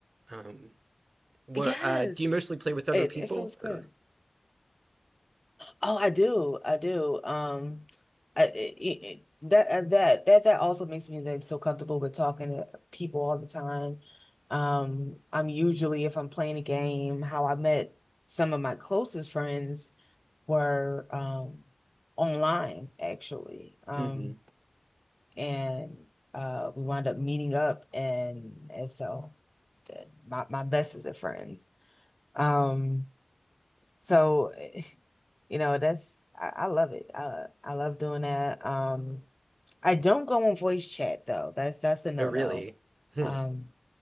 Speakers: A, on the right (about 60°); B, on the left (about 15°).
A: Um, what
B: Yes,
A: uh, do you mostly play with other
B: it
A: people,
B: it feels good.
A: or?
B: Oh, I do. I do. Um, I it, it, that uh, that that that also makes me like so comfortable with talking to people all the time. Um, I'm usually if I'm playing a game, how I met some of my closest friends were um online actually. Um,
A: hmm
B: and uh we wound up meeting up and and so th- my my bestest of friends. Um so, <laughs> you know, that's I, I love it. I I love doing that. Um, I don't go on voice chat though. That's that's a no-no.
A: Oh, really? Hmm.
B: Um,